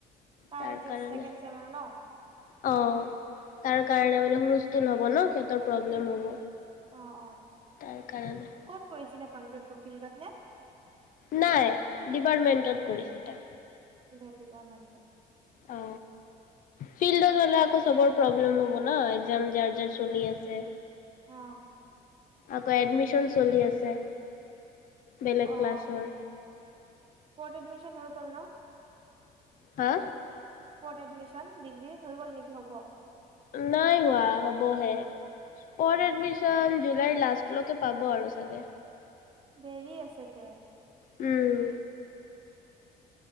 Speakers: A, on the right; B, on the left.
A: কাৰ
B: তাৰ কাৰণে
A: ছেকেণ্ড চেমৰ ন
B: অ তাৰ কাৰণে মানে হুলস্থুল হব ন। সিহঁতৰ প্ৰব্লেম
A: উম
B: হ'ব
A: অ অ
B: তাৰ কাৰণে।
A: ক'ত কৰিছিলে ফাংচনটো ফিলডত নে?
B: নাই ডিপাৰ্টমেন্টত কৰিছিলে।
A: ডিপাৰ্টমেণ্ট।
B: অ ফিলডতলে আকৌ প্ৰব্লেম হব ন এক যাৰ যাৰ চলি আছে।
A: অ
B: আকৈ এডমিছন চলি আছে। বেলেগ
A: অহ
B: ক্লাছৰ।
A: এডমিছন হৈ গল ন।
B: হা
A: স্পত এডমিশন ডিগ্ৰী হৈ গ'ল নেকি হ'ব?
B: নাই হোৱা হ'বহে স্পট এডমিচন জুলাইৰ লাষ্টলৈকে পাব আৰু চাগে
A: দেৰি আছে তে
B: উম।